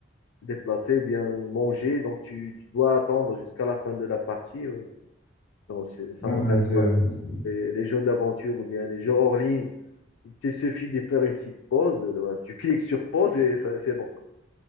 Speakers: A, on the left; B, on the left.
A: déplacer, bien manger, donc tu, tu dois attendre jusqu'à la fin de la partie. ouais. Donc, c'est- ça
B: Ouais,
A: m'intéresse
B: c'est-
A: pas trop.
B: c'est-
A: Les, les jeux d'aventure ou bien les jeux hors ligne il te suffit de faire une petite pause, euh, tu cliques sur pause et ça- c'est bon.